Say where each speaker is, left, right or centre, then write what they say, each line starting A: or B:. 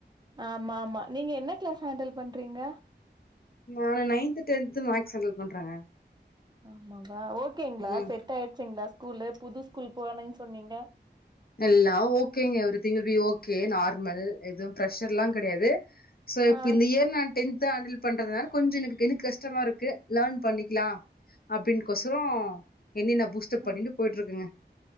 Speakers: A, on the right (about 25°); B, on the left (about 55°).
A: ஆமா ஆமா நீங்க என்ன கிளாஸ் ஹண்டில் பண்றீங்க
B: நானு நயன்த்து டென்து மேக்ஸ் கேண்டில் பண்றேங்க
A: ஆமாவா ஓகேங்களா
B: ம்
A: செட் ஆயிடுச்சுங்களா ஸ்கூலு புது ஸ்கூல் போனேன் சொன்னீங்க
B: எல்லா ஓகேங்க everything will be okay normal எதுவு பிர்ரஷர்லா கெடையாது சோ இப்ப
A: ஆ
B: இந்த இயர் நா டென்த்து ஹேண்டில் பண்றதுனால கொஞ்சோ எனக் எனக்கு கஷ்டமா இருக்கு லேர்ன் பண்ணிக்லா அப்டின் க்கொசரோ என்னே நா பூஸ்ட்டப்
A: ஆ,
B: பண்ணிட்டு போயிட்டு இருக்கேங்க